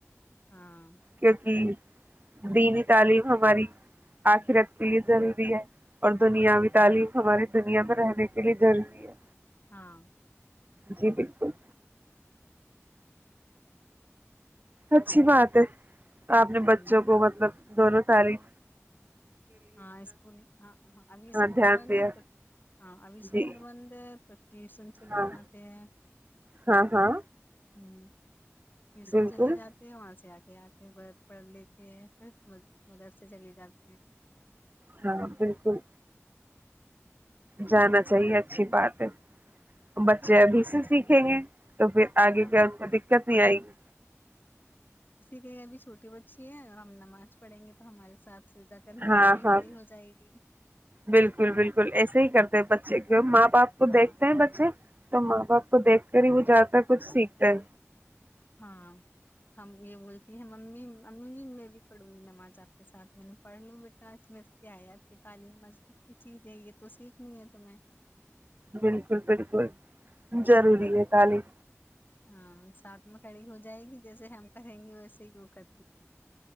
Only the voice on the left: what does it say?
ہاں
ہاں
ہوں
ہاں اسکول ہاں ہاں ابھی اسکول
بند
ہے تو ہاں ابھی اسکول
بند ہے تو ٹیوشن چل
جاتے ہیں
ہمم ٹیوشن
چلے جاتے ہیں وہاں سے آ کے آ کے گھر پڑھ لیتے ہیں پھر مدر سے چلے جاتے ہیں
ہاں
ہاں
کھینگے ابھی چھوٹی بچی ہے اور ہم نماز پڑھیں گے تو ہمارے ساتھ سجدہ کرنے
کے لیے
کھڑی ہو جائے گی
ہاں
ہاں ہم یہ بولتی ہیں ممی ممی میں بھی پڑوں گی نماز آپ کے ساتھ میں نے پڑھ لوں بیٹا آج میں کیا ہے آپ کی تعلیم مذہب کی چیز ہے یہ تو سیکھنی ہے تو میں
ہاں ساتھ میں کڑی ہو جائے گی جیسے ہم کریں گے ویسے ہی وہ کر